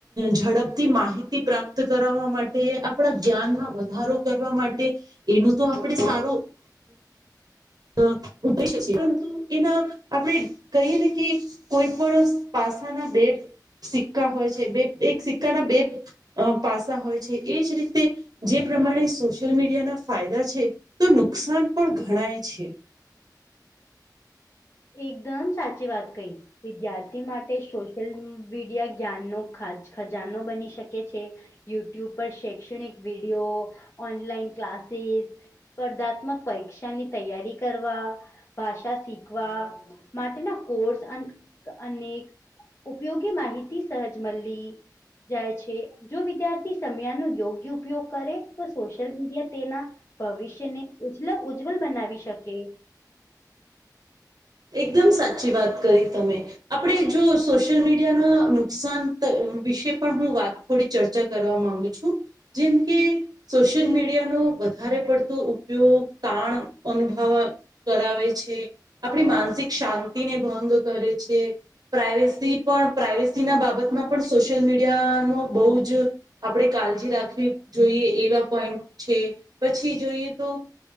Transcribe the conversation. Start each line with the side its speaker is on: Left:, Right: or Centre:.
Right: ઝડપથી માહિતી પ્રાપ્ત કરાવવા મા ટે આપણા જ્ઞાનમાં વધારો કરવા માટે એનું તો આપણે સારો <unintelligible> પરંતુ એના આપણે કહીએ ને કે કોઈ પણ પાસાના બે સિક્કા હોય છે બે એક સિક્કાના બે પાસા હોય છે એજ રીતે જે પ્રમાણે સોશિયલ મીડિયાના ફાયદા છે તો નુકસાન પણ ઘણાય છે.
Left: એકદમ સાચી વાત કહી. વિદ્યાર્થી માટે સોશિયલ મીડિયા જ્ઞાનનો ખાજ ખજાનો બની શકે છે. યુટ્યુબ પર શૈક્ષણિક વિડીયો, ઓનલાઈન ક્લાસીસ, સ્પર્ધાત્મક પરીક્ષાની તૈયારી કરવા, ભાષા શીખ વા માટેના કોર્સ અન અનેક ઉપયોગી માહિતી સહજ મલી જાય છે. જો વિદ્યાર્થી સમયા નો યોગ્ય ઉપયોગ કરે તો સોશિયલ મીડિયા તેના ભવિષ્યને ઉજલ ઉજ્જવલ બનાવી શકે.
Right: એકદમ સાચી વાત કરી તમે. આપણે જો સોશિયલ મીડિયાના નુકસાન વિશે પણ હું વાત થોડી ચર્ચા કરવા માંગુ છું જેમ કે સોશિયલ મીડિયાનો વધારે પડતો ઉપયોગ તાણ અનુભવ કરાવે છે, આપણી માનસિક શાંતિને ભંગ કરે છે, પ્રાઇવેસી પણ પ્રાઇવેસી ના બાબતમાં પણ સોશિયલ મીડિયાનો બહુ જ આપણે કાળજી રાખવી જોઈએ એવા પોઈન્ટ છે પછી જોઈએ તો